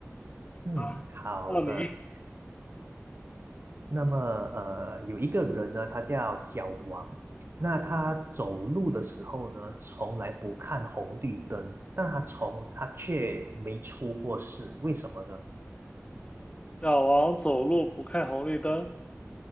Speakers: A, on the right; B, on the left.
A: 嗯，
B: 啊，
A: 好的。
B: 到你，
A: 那么呃，有一个人呢，他叫小王，那他走路的时候呢，从来不看红绿灯，但他从他却没出过事，为什么呢？
B: 小王走路不看红绿灯。